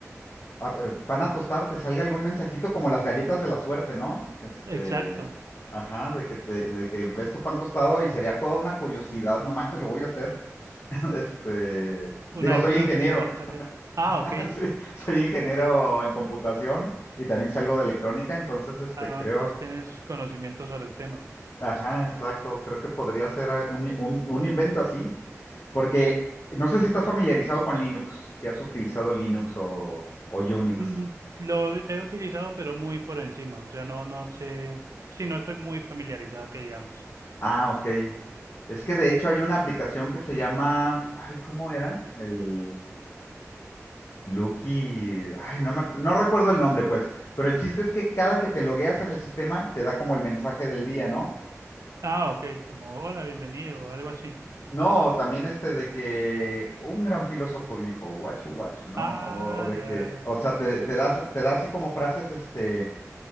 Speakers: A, on the left (about 55°); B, on the right (about 75°).
A: a- eh, pan a tostar, te salga algún mensajito como las galletas de la suerte, ¿no? Este,
B: Exacto.
A: ajá, de que te, de que ves tu pan tostado y sería toda una curiosidad, no manches, lo voy a hacer. <laughs> Este, digo,
B: Una,
A: soy
B: una
A: ingeniero,
B: buena idea te salió.
A: <laughs>
B: Ah, ok.
A: sí, soy ingeniero en computación y también sé algo de electrónica, entonces este,
B: Ah, no,
A: creo,
B: entonces tienes conocimiento sobre el tema.
A: ajá, exacto, creo que podría ser eh, un, un- un invento así, porque no sé si estás familiarizado con Linux, si has utilizado Linux o, o Unix.
B: Mm, Lo he utilizado, pero muy por encima. O sea, no, no sé. Sí, no estoy muy familiarizado, que digamos.
A: Ah, ok. Es que de hecho hay una aplicación que se llama, ay, ¿cómo era? El, Lucky, ay, no me ac- no recuerdo el nombre, pues, pero el chiste es que cada que te logueas en el sistema te da como el mensaje del día, ¿no?
B: Ah, ok. Como hola, bienvenido, o algo así.
A: No, también este de que un gran filósofo dijo, guacho guacho, ¿no?
B: Ah,
A: O, o de
B: ya,
A: que,
B: ya, ya.
A: o sea, te, te das, te da así como frases, este,